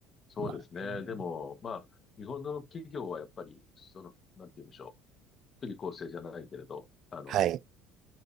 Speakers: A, on the left; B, on the right.
A: そうですね。
B: まあでも、
A: でも、まあ、日本の企業はやっぱり、その、なんて言うんでしょう。福利厚生じゃないけれど、あの、
B: はい。